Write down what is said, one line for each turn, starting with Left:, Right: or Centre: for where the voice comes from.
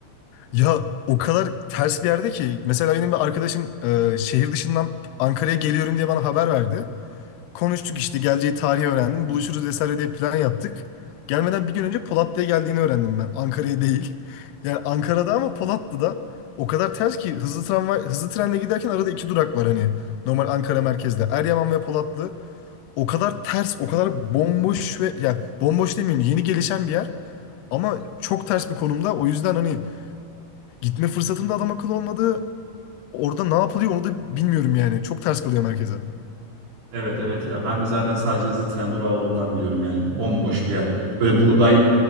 Left: ya o kadar ters bir yerde ki mesela benim bir arkadaşım e, şehir dışından Ankara'ya geliyorum diye bana haber verdi. Konuştuk işte geleceği tarihi öğrendim. Buluşuruz vesaire diye plan yaptık. Gelmeden bir gün önce Polatlı'ya geldiğini öğrendim ben. Ankara'ya değil. <laughs> Yani Ankara'da ama Polatlı'da o kadar ters ki hızlı tramvay, hızlı trenle giderken arada iki durak var hani. Normal Ankara merkezde. Eryaman ve Polatlı. O kadar ters, o kadar bomboş ve yani bomboş demeyeyim yeni gelişen bir yer. Ama çok ters bir konumda. O yüzden hani gitme fırsatım da adam akıllı olmadı. Orada ne yapılıyor onu da bilmiyorum yani. Çok ters kalıyor merkeze.
Right: Evet evet ya ben de zaten sadece hızlı tren durağı olduğundan biliyorum yani bomboş bir yer. Böyle buğday